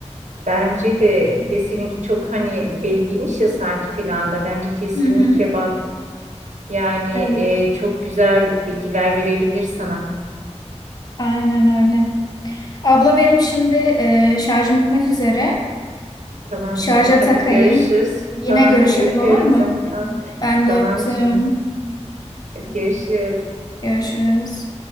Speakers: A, on the right; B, on the left.
A: Bence de bir de seninki çok hani belliymiş ya saat falan da bence kesinlikle
B: Hı hı.
A: bak yani
B: Evet,
A: e, çok güzel bilgiler verebilir sana.
B: aynen öyle. Abla benim şimdi e, şarjım bitmek üzere.
A: Tamam
B: Şarja
A: canım.
B: takayım.
A: Hadi görüşürüz.
B: Yine
A: Tamam
B: görüşelim
A: hadi öpüyorum
B: olur mu?
A: seni. Ha,
B: Ben de
A: Tamam
B: öptüm.
A: canım. Hadi görüşürüz.
B: Görüşürüz.